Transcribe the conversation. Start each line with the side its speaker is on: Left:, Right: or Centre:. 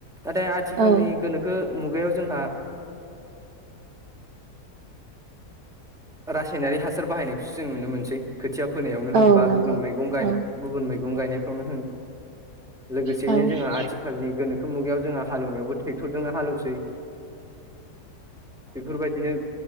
Centre: नाथाय आथिखालनि
Right: औ
Centre: गोनोखो मुगायाव जोंहा रासायनारि हासार बाहायनायखौसो जों नुनो मोनसै खोथिया फोनायावनो होन
Right: औ
Centre: बा
Right: नंगौ
Centre: गुबुन मैगं गायनाय
Right: औ
Centre: गुबुन मैगं गायनायफ्रावनो होन लोगोसेयैनो
Right: औ
Centre: जोंहा आथिखालनि गोनोखो मुगायाव जोंहा हालौनायावबो ट्रेक्टरजोंनो हालौसै बेफोरबायदिनो